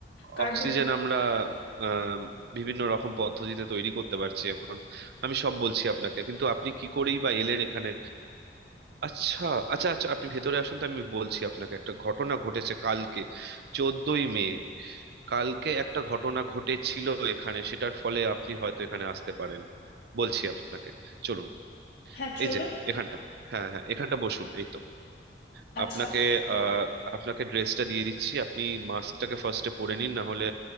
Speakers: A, on the left; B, on the right.
A: কার্বন
B: অক্সিজেন আমরা আম, বিভিন্ন রকম পদ্ধতিতে তৈরি করতে পারছি এখন আমি সব বলছি আপনাকে কিন্তু আপনি কি করেই বা এলেন এখানে আচ্ছা আচ্ছা আচ্ছা আপনি ভেতরে আসুন তো আমি বলছি আপনাকে একটা ঘটনা ঘটেছে কালকে চোদ্দই মে কালকে একটা ঘটনা ঘটেছিল এখানে সেটার ফলে আপনি হয়তো এখানে আসতে পারেন বলছি আপনাকে চলুন
A: হ্যাঁ চলুন
B: এই যে এখানটা হ্যাঁ হ্যাঁ এখানটা বসুন এই তো
A: আচ্ছা
B: আপনাকে আহ আপনাকে ড্রেসটা দিয়ে দিচ্ছি আপনি মাস্কটাকে ফার্স্টে পরে নিন না হলে